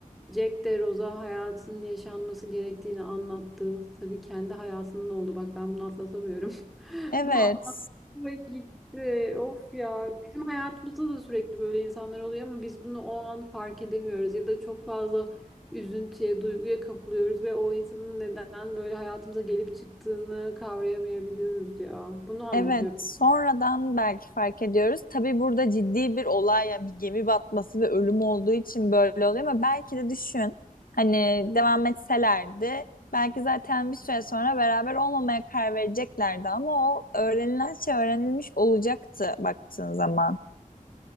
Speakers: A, in the centre; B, on the left.
A: Jack de Rose'a hayatın yaşanması gerektiğini anlattı. Tabii kendi hayatının oldu. Bak ben bunu atlatamıyorum.
B: Evet.
A: Bunu anlatma gitti. Of ya. Bizim hayatımızda da sürekli böyle insanlar oluyor ama biz bunu o an fark edemiyoruz ya da çok fazla üzüntüye, duyguya kapılıyoruz ve o insanın neden böyle hayatımıza gelip çıktığını kavrayamayabiliyoruz ya. Bunu anlatıyor.
B: Evet, sonradan belki fark ediyoruz. Tabii burada ciddi bir olay yani bir gemi batması ve ölüm olduğu için böyle oluyor ama belki de düşün. Hani devam etselerdi belki zaten bir süre sonra beraber olmamaya karar vereceklerdi ama o öğrenilen şey öğrenilmiş olacaktı baktığın zaman.